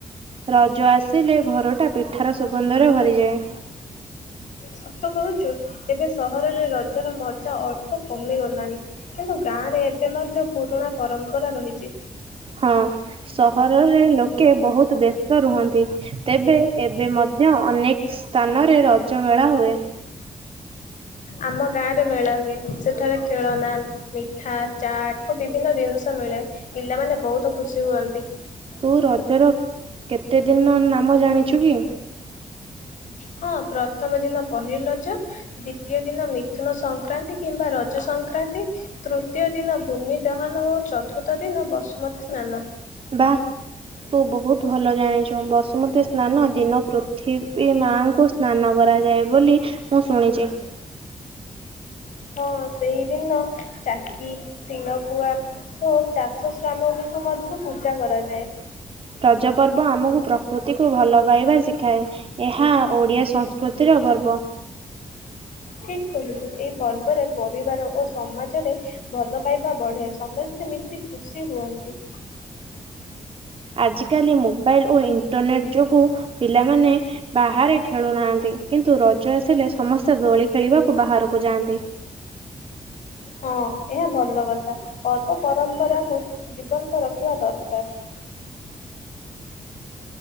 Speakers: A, on the right; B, on the left.
A: ରଜ ଆସିଲେ ଘରଟା ପିଠାର ସୁଗନ୍ଧରେ ଭରିଯାଏ।
B: ସତ କହୁଛୁ ଏବେ ସହରରେ ରଜର ମଜା ଅଳ୍ପ କମିଗଲାଣି କିନ୍ତୁ ଗାଁରେ ଏବେ ମଧ୍ୟ ପୁରୁଣା ପରମ୍ପରା ରହିଛି।
A: ହଁ। ସହରରେ ଲୋକେ ବହୁତ୍ ବ୍ୟସ୍ତ ରୁହନ୍ତି ତେବେ ଏବେ ମଧ୍ୟ ଅନେକେ ସ୍ଥାନରେ ରଜ ମେଳା ହୁଏ।
B: ଆମ ଗାଁ ରେ ମେଳା ହୁଏ ସେଠାରେ ଖେଳନା, ମିଠା, ଚାଟ ଓ ବିଭିନ୍ନ ଜିନିଷ ମିଳେ ପିଲାମାନେ ବହୁତ ଖୁସି ହୁଅନ୍ତି।
A: ତୁ ରଜର କେତେ ଦିନ ନାମ ଜାଣିଛୁ କି?
B: ହଁ ପ୍ରଥମ ଦିନ ପହିଲି ରଜ ଦ୍ଵିତୀୟ ଦିନ ମି ମିଥୁନ ସଂକ୍ରାନ୍ତି କିମ୍ବା ରଜ ସଂକ୍ରାନ୍ତି ତୃତୀୟ ଦିନ ଭୂମି ଦହନ ଓ ଚତୁର୍ଥ ଦି <unintelligible> ବସୁମତୀ ସ୍ନାନ।
A: ବା ତୁ ବହୁତ୍ ଭଲ ଜାଣିଚୁ। <unintelligible> ବସୁମତୀ ସ୍ନାନ ଦିନ ପୃଥିବୀ ମା ଙ୍କୁ ସ୍ନାନ କରାଯାଏ ବୋଲି ମୁଁ ଶୁଣିଛି।
B: ହଁ ସେଇଦିନ ଚାକି, ଶିଳପୁଆ, ଓ ଚାଷ ସ୍ରାମ <unintelligible> କୁ ମଧ୍ୟ ପୂଜା କରାଯାଏ।
A: ରଜ ପର୍ବ ଆମକୁ ପ୍ର ତିକୁ ଭଲ ପାଇବା ଶିଖାଏ ଏହା ଓଡ଼ିଆ ସଂସ୍କୃତିର ଗର୍ବ।
B: ଠିକ୍ କହିଲୁ ଏହି ପର୍ବରେ ପରିବାର ଓ ସମାଜରେ ଭଲ ପାଇବା ବଢ଼େ ସମସ୍ତେ ମିଶି ଖୁସି ହୁଅନ୍ତି।
A: ଆଜିକାଲି ମୋବାଇଲ ଓ ଇଣ୍ଟରନେଟ୍ ଯୋଗୁ ପିଲାମାନେ ବାହାରେ ଖେଳୁନାହାନ୍ତି କିନ୍ତୁ ରଜ ଆସିଲେ ସମସ୍ତେ ଦୋଳି ଖେଳିବାକୁ ବା ବାହାରକୁ ଯାଆନ୍ତି।
B: ହଁ। ଏହା ଭଲ କଥା ପର୍ବ ପରମ୍ପରାକୁ ଜୀବନ୍ତ ରଖିବା ଦରକାର।